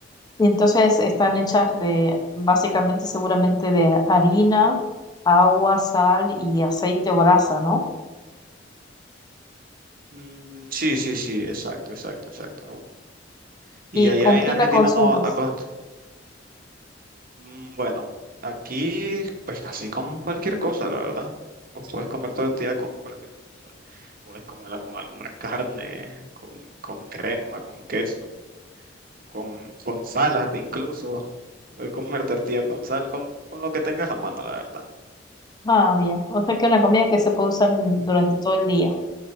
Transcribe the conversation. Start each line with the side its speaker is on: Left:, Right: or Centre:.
Left: Y entonces están hechas de, básicamente, seguramente de harina, agua, sal y aceite o grasa, ¿no?
Right: Mm, sí, sí, sí, exacto, exacto, exacto. Y
Left: ¿Y
Right: allá
Left: con qué
Right: en Argentina
Left: la consumes?
Right: no acostumbran Mm, Bueno, aquí pues casi con cualquier cosa, la verdad. O puedes comer tortilla con cualquier cosa. Puedes comerla con alguna carne, con, con crema, con queso, con, con sal hasta incluso. Puedes comer tortilla con sal, con, con lo que tengas a mano, la verdad.
Left: Ah, bien. O sea que una comida que se puede usar en- durante todo el día,